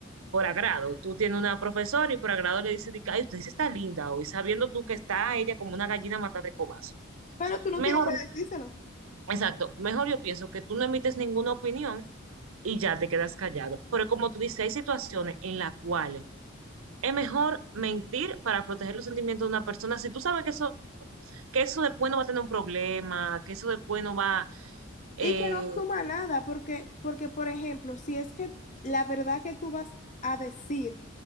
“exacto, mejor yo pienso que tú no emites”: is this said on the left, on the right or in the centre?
Right